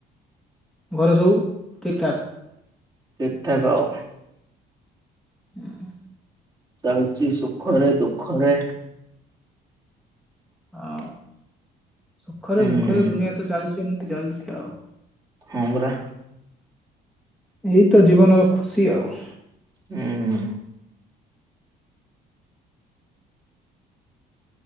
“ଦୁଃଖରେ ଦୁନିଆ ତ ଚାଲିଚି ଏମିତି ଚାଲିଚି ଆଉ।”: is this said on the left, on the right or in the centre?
Centre